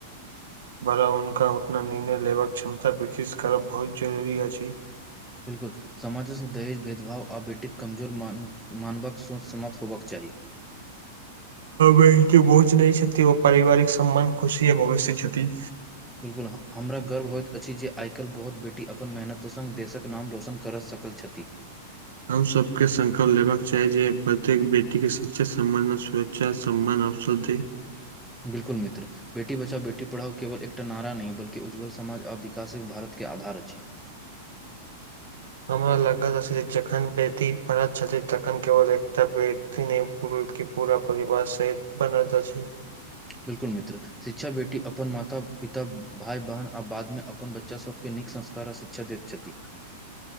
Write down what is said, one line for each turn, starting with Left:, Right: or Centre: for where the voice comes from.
Right: बड़ा उनका उतना निर्णय लेबाक क्षमता ब्रिटिश करब बहुत जरुरी अछि
Centre: बिल्कुल समाजक दहेज भेदभाव आ बेटीक कमजोर मानवक सोच समाप्त होयबाक चाही
Right: बक बोझ नहि छथि ओ पारिवारिक सम्मान खुशी य भविष्य छथि
Centre: बिल्कुल हमरा गर्व होइत अछि जे आइकाल्हि बहुत बेटी अपन मेहनत संग देशक नाम रोशन करऽ सक कल छथि
Right: हम सब के संकल्प लेबाक चाही जे प्रत्येक बेटी कऽ शिक्षा सम्बंध च्चा सम्मान औषधी
Centre: बिल्कुल मित्र बेटी बचाओ बेटी पढ़ाओ केवल एकटा नारा नहि बल्कि उज्जल समाज आ विकासिक भारत के आधार अछि
Right: हमरा लागत अछि जखन बेटी पढ़त छथिन तखन केवल एकता बे -ती नय बल्कि पूरा परिवार सै बनत अछि
Centre: बिल्कुल मित्र शिक्षा बेटी अपन माता पिता भाय बहन आ बादमे अपन बच्चा सबके नीक संस कार ऽशिक्षा देछति